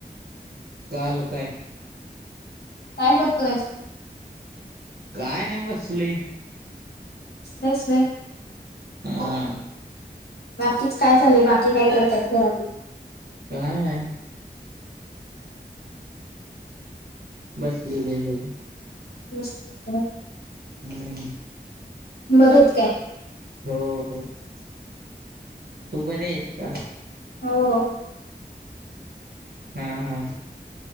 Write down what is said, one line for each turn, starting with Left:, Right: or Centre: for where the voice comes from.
Right: कालं काय?
Left: काय? करतोयस...
Right: काय नाही बसलोय....
Left: तस आह....
Right: हम्....
Left: बाकीच काय चाललंय बाकी काय? करतात, घरातले...
Right: काय् नाही.... बसलेले आहेत सगळे...
Left: बसं -.
Right: हम्म..
Left: बरंच काय? आहेत काय...
Right: हो येत.... तू बर आहेसं का?
Left: हो अ...
Right: हा हा